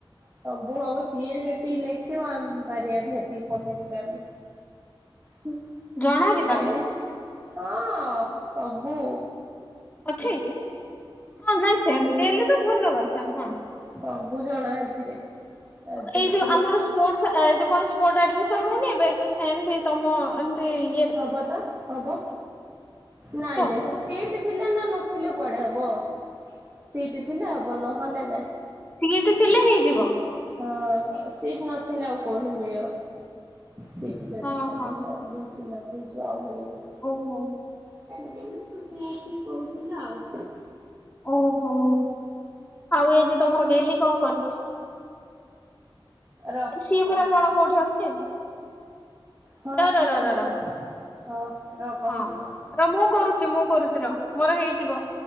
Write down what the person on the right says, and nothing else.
ସବୁ ହବ ସିଏ ଯେମିତି ଲେଖିବ ଆମ ପାରିବାନି ଯେତିକି ପଲିଟିକାଲରେ। ସି
ମୁଁ
କହିଲି
ହଁ ସବୁ।
ସବୁ ଜଣା ହେଥିରେ। ରାଜନୀତିରେ
ହବ ତ ହବ ନାଇଁ
ନାଇଁ ସେଠି ସିଟି ଥିଲେ ନା ନଥିଲେ କୁଆଡେ ହବ ସେଇଟି ଥିଲେ ହବ ନହେଲେ ନାଇଁ।
ହଁ ସିଟି ନଥିଲେ ଆଉ କୋଉଠି ମିଳିବ। ସିଟ୍ ଯଦି
ସବୁ
ସରିଯିବ ଫିଲପ୍ ହେଇଯିବ ଆଉ ମିଳିବ କି?
ନାଇଁନା ତୁ ସିଏ ଆସି କହୁଥିଲା ଆଉ।
ର
କହୁଛି
ହଁ
ସିଏ
ଅଛି
ହଁ ର କହିବି
ର।